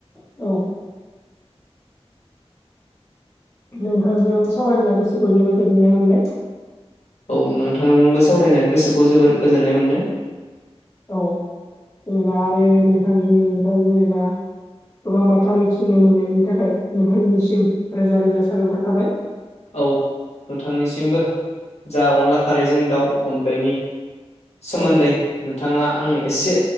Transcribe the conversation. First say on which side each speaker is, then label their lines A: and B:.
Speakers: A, on the left; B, on the left.
A: औ। नोंथांजों सावरायना गोसोखौ जोबोर गोजोननाय मोनबाय।
B: औ नोंथांजोंबो सावरायनानै गोसोखौ जोबोर गोजोननाय मोनदों।
A: औ जेनेबा आरो नोंथांनि फ्राय जेनेबा गोबां बाथ्रा मिथिनो मोननायनि थाखाय नोंथांनिसिम रोजा रोजा साबायखर थाबाय।
B: औ नोंथांनिसिमबो जा अनला खारैजों दाउ ओ बेनि सोमोन्दै
A: औ
B: नोंथाङा आंनो एसे